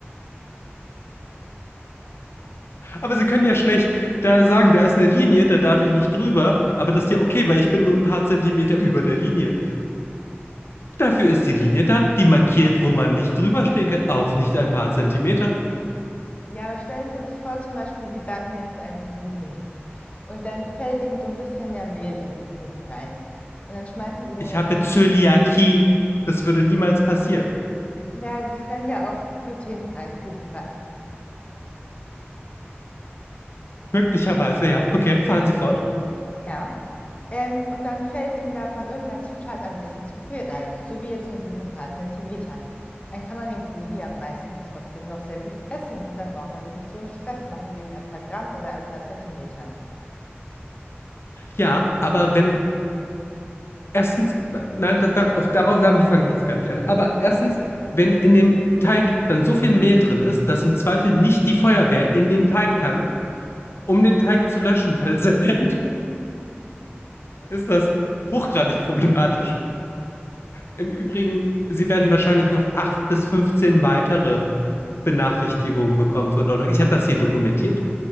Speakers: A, on the left; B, on the left.
A: Aber sie können ja schlecht da sagen, da ist eine Linie, da darf ich nicht drüber. Aber das ist ja okay, weil ich bin nur ein paar Zentimeter über der Linie. Dafür ist die Linie da, die markiert, wo man nicht drüber stehen kann, auch nicht ein paar Zentimeter.
B: ja, aber stellen Sie sich vor, zum Beispiel, Sie backen jetzt einen Kuchen. Und dann fällt Ihnen so ein bisschen mehr Mehl in den Kuchen rein. Und dann schmeißen Sie den
A: Ich
B: ganzen.
A: habe Zöliakie. Das würde niemals passieren.
B: Naja, Sie können ja auch glutenfreien Kuchen backen.
A: Möglicherweise, ja. Okay, fahren Sie fort.
B: Ja. Ähm, und dann fällt Ihnen da von irgendeiner Zutat ein bisschen zu viel rein, so wie jetzt mit diesen paar Zentimetern. Dann kann man den Kuchen ja meistens trotzdem noch sehr gut essen und dann braucht man sich nicht so einen Stress machen wegen ein paar Gramm oder ein paar Zentimetern.
A: Ja, aber wenn erstens, nein, das, darauf, darauf, damit fange ich jetzt gar nicht an. Aber erstens, wenn in dem Teig dann so viel Mehl drin ist, dass im Zweifel nicht die Feuerwehr in den Teig kann, Um den Teig zu löschen, weil Zement <laughs> ist das hochgradig problematisch. Im Übrigen, Sie werden wahrscheinlich noch 8 bis 15 weitere Benachrichtigungen bekommen von Ordnung. Ich habe das hier dokumentiert.